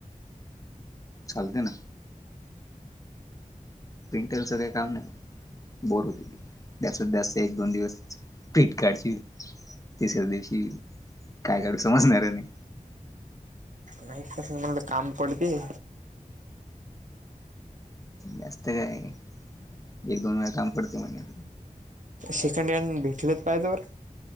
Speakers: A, on the left (about 25°); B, on the right (about 60°).
A: चालते ना. प्रिंटरच काय नई, बोर हो <unintelligible> जास्त जास्त एक दोन दिवस फीट काढची, तिसऱ्या दिवशी काय काडू समजणार नाही.
B: नाही कसं म्हणाला काम पडते.
A: जास्त काय, एक दोन वेळा काम पडते म्हण.
B: सेकंड हँड भेटलेत पाय तवर.